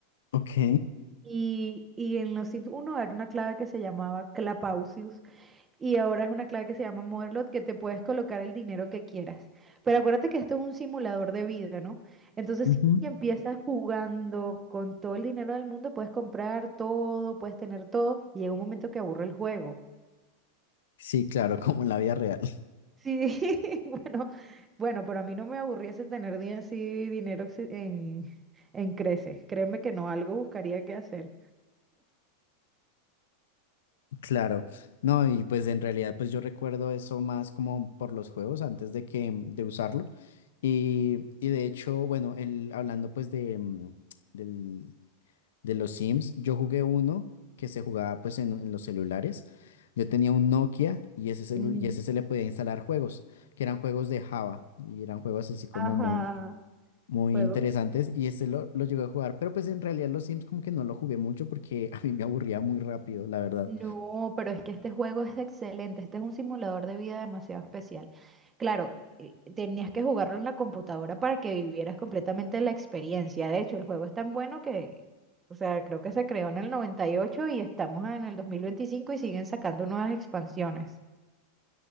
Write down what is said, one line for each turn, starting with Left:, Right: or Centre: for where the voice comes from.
Left: ok,
Right: Y, y en los Sims uno era una clave que se llamaba Clapausius Y ahora es una clave que se llama Motherlode que te puedes colocar el dinero que quieras. Pero acuérdate que esto es un simulador de vida, ¿no? Entonces,
Left: ujú,
Right: si empiezas jugando con todo el dinero del mundo, puedes comprar todo, puedes tener todo, y llega un momento que aburre el juego.
Left: Sí, claro, <laughs> como en la vida real.
Right: Sí, <laughs> bueno, bueno, pero a mí no me aburriese tener di- así dinero exce- en, en creces. Créeme que no, algo buscaría que hacer.
Left: Claro, no, y pues en realidad pues yo recuerdo eso más como por los juegos antes de que mm, de usarlo y, y de hecho, bueno, el, hablando pues de, mm, del- de los Sims, yo jugué uno que se jugaba pues en, en los celulares, yo tenía un Nokia y ese,
Right: Mm,
Left: celu- y ese se le podía instalar juegos, que eran juegos de Java y eran juegos así como
Right: Ajá,
Left: muy, muy
Right: juego
Left: interesantes y ese lo, lo llegué a jugar, pero pues en realidad los Sims como que no lo jugué mucho porque <laughs> a mí me aburría muy rápido, la verdad.
Right: No, pero es que este juego es excelente. Este es un simulador de vida demasiado especial. Claro, eh, tenías que jugarlo en la computadora para que vivieras completamente la experiencia. De hecho, el juego es tan bueno que, o sea, creo que se creó en el 98 y ocho y estamos en el 2025 y siguen sacando nuevas expansiones.